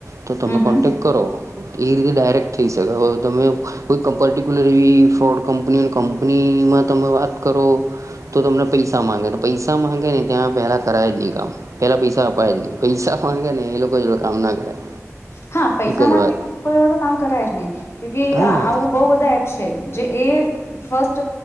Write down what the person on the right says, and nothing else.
તો તમે
કોન્ટેક
કરો એ રીતે ડાયરેક્ટ થઈ શકે હવે તમે કોઈ પર્ટિક્યુલર એવી ફ્રોડ કંપની અને કંપનીમાં તમે વાત કરો તો તમને પૈસા માંગે પૈસા માંગે ને ત્યાં પેલા કરાય જ નહી કામ પેલા પૈસા અપાય જ નહી પૈસા માંગે ને એ લોકો કામ ના કરાય
એક જ
વાત
હા